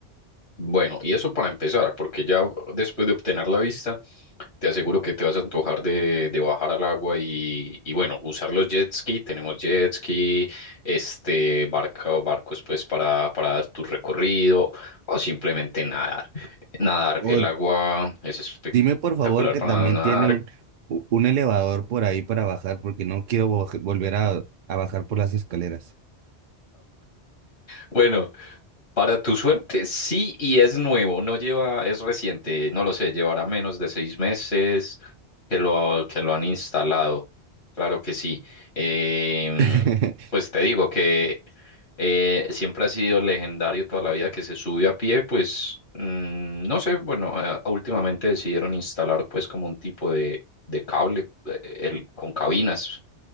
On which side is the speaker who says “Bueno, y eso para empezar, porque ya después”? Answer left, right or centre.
Left